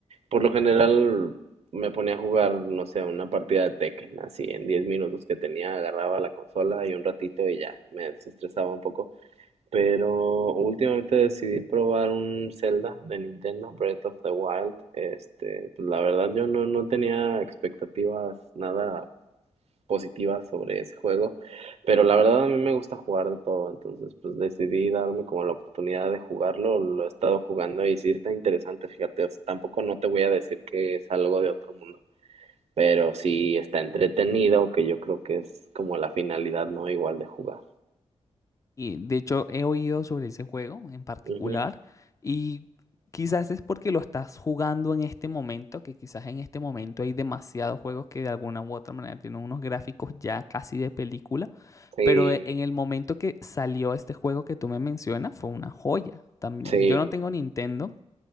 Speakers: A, on the right; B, on the left.
A: Por lo general me ponía a jugar, no sé, una partida de Tekken, así en 10 minutos que tenía, agarraba la consola y un ratito y ya, me desestresaba un poco. Pero últimamente decidí probar un Zelda de Nintendo, Breath of the Wild. Este, pues la verdad yo no, no tenía expectativas nada positivas sobre ese juego, pero la verdad a mí me gusta jugar de todo, entonces pues decidí darme como la oportunidad de jugarlo, lo he estado jugando y sí está interesante, fíjate, o sea, tampoco no te voy a decir que es algo de otro mundo, pero sí está entretenido, que yo creo que es como la finalidad, ¿no? Igual de jugar.
B: Y de hecho he oído sobre ese juego en particular
A: Ujú.
B: y quizás es porque lo estás jugando en este momento, que quizás en este momento hay demasiados juegos que de alguna u otra manera tienen unos gráficos ya casi de película,
A: Sí,
B: pero e- en el momento que salió este juego que tú me mencionas fue una joya también.
A: sí,
B: Yo no tengo Nintendo,